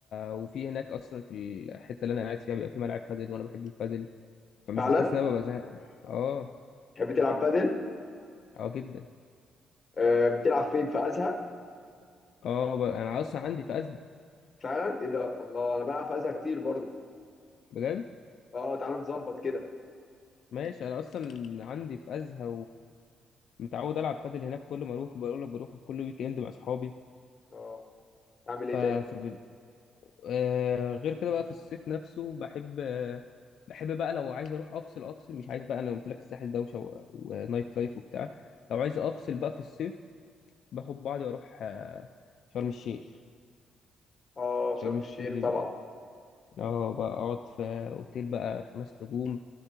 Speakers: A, on the left; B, on the left.
A: وفي هناك اصلا في الحته اللي انا قاعد فيها بيبقى في ملعب بادل وانا بحب البادل فمش
B: فعلا
A: بحس ان انا ببقى زهق اه
B: بتحب تلعب بادل
A: اه جدا
B: آه بتلعب فين في ازهى
A: اه ب... انا اصلا عندي في ازهى
B: فعلا ايه ده الله انا بلعب في ازهى كتير برضو
A: بجد
B: اه تعال نظبط كده
A: ماشي انا اصلا عندي في ازهى ومتعود العب بادل هناك كل ما اروح بقول لك بروح كل ويك اند مع اصحابي
B: اه اعمل
A: ف
B: ايه
A: فبال...
B: تاني
A: آه غير كده بقى في الصيف نفسه بحب آه بحب بقى لو عايز اروح افصل افصل مش عايز بقى انا قلت لك الساحل دوشه و... ونايت لايف وبتاع لو عايز افصل بقى في الصيف باخد بعضي واروح آه شرم الشيخ
B: اه شرم
A: شرم الشيخ
B: الشيخ
A: دي
B: طبعا
A: بقى اه بقى اقعد في اوتيل بقى خمس نجوم